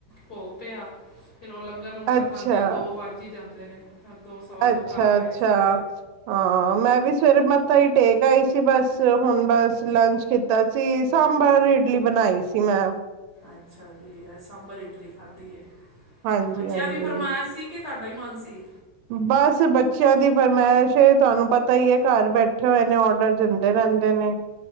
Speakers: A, on the left; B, on the right.
A: ਭੋਗ ਪਿਆ। ਫੇਰ ਉਹ ਲੰਗਰ ਲੂੰਗਰ
B: ਅੱਛਾ
A: ਖਾਂਦੇ ਦੋ ਵੱਜ਼ ਹੀ ਜਾਂਦੇ ਨੇ ਫਿਰ ਦੋਸਤ ਸਵਾ ਦੋ
B: ਅੱਛਾ-ਅੱਛਾ,
A: ਘਰ ਆਏ ਸੀ
B: ਹਾਂ ਮੈਂ ਵੀ ਸਵੇਰੇ ਮ ਮੱਥਾ ਈ ਟੇਕ ਆਈ ਸੀ, ਬਸ ਹੁਣ ਬਸ ਲੰਚ ਕੀਤਾ ਸੀ, ਸਾਂਬਰ ਇਡਲੀ ਬਣਾਈ ਸੀ ਮੈਂ।
A: ਅੱਛਾ ਜੀ। ਅੱਜ ਸਾਂਬਰ-ਇਡਲੀ ਖਾਧੀ ਹੈ।
B: ਹਾਂਜੀ-ਹਾਂਜੀ
A: ਬੱਚਿਆਂ ਦੀ ਫਰਮਾਇਸ਼ ਸੀ ਕਿ ਤੁਹਾਡਾ ਹੀ ਮਨ ਸੀ।
B: ਬਸ ਬੱਚਿਆਂ ਦੀ ਫਰਮੈਸ਼ ਏ ਤੁਆਨੂੰ ਪਤਾ ਈ ਏ ਘਰ ਬੈਠੇ ਹੋਏ ਨੇ ਔਡਰ ਦਿੰ ਦੇ ਰੈਂਦੇ ਨੇ